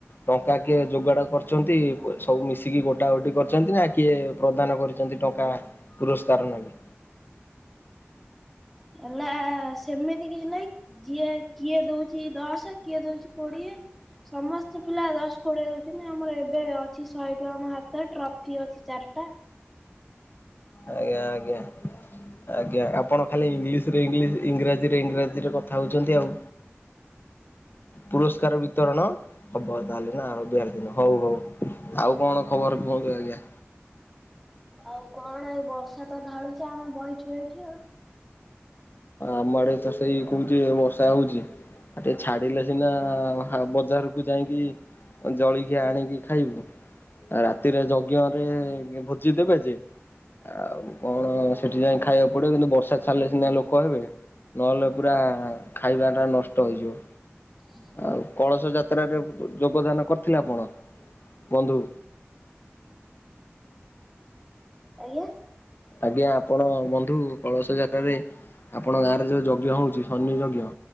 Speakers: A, on the left; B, in the centre.
A: ଟଙ୍କା କିଏ ଯୋଗାଡ କରିଚନ୍ତି ସବୁ ମିଶିକି ଗୋଟା ଗୋଟି କରିଚନ୍ତି ନା କିଏ ପ୍ରଦାନ କରିଚନ୍ତି ଟଙ୍କା ପୁରସ୍କାର ନେଇକି।
B: ହେଲା ସେମିତି କିଛି ନାଇଁ ଯିଏ କିଏ ଦଉଚି ଦଶ କିଏ ଦଉଚି କୋଡିଏ। ସମସ୍ତେ ପିଲା ଦଶ କୋଡିଏ ଦଉଚନ୍ତି ଆମର ଏବେ ଅଛି ଶହେ ଟଙ୍କା ମୋ ହାତରେ ଟ୍ରଫି ଅଛି ଚାରିଟା।
A: ଆଜ୍ଞା ଆଜ୍ଞା। ଆଜ୍ଞା ଆପଣ ଖାଲି ଇଂଲିଶରେ ଇଂଶ ଇଂରାଜୀରେ ଇଂରାଜୀରେ କଥା ହଉଚନ୍ତି ଆଉ। ପୁରସ୍କାର ବିତରଣ ହବ ତାହେଲେ ନା ଆ ବିହାରି ଦିନ ହଉ ହଉ।
B: ଆଜ୍ଞା
A: ଆଉ କଣ ଖବର କୁହନ୍ତୁ ଆଜ୍ଞା।
B: ଆଉ କଣ ଏଇ ବର୍ଷା ତ ଢାଳୁଚି ଆମେ ବଇ ଚୁ ଏଇଠି ଆଉ।
A: ଆମ ଆଡେ ତ ସେଇ କଉଚି ବର୍ଷା ହଉଚି। ଆ ଟିକେ ଛାଡିଲେ ସିନା ହା ବଜାରକୁ ଯାଇକି ଜଳିକି ଆଣିକି ଖାଇବୁ। ରାତିରେ ଯଜ୍ଞ ରେ ଭୋଜି ଦେବେ ଯେ ଆଉ କଣ ସେଠି ଯାଇକି ଖାଇବାକୁ ପଡିବ କିନ୍ତୁ ବର୍ଷା ସିନା ଲୋକ ହେବେ ନହେଲେ ପୁରା ଖାଇବାଟା ନଷ୍ଟ ହେଇଯିବ।
B: ହୁଁ
A: ଆଉ କଳସ ଯାତ୍ରାରେ ଯୋଗଦାନ କରିଥିଲେ ଆପଣ ବନ୍ଧୁ।
B: ଆଜ୍ଞା।
A: ଆଜ୍ଞା ଆପଣ ବନ୍ଧୁ କଳସ ଯାତ୍ରାରେ ଆପଣଙ୍କ ଗାଁରେ ଯେଉଁ ଯଜ୍ଞ ହେଉଚି ସନି ଯଜ୍ଞ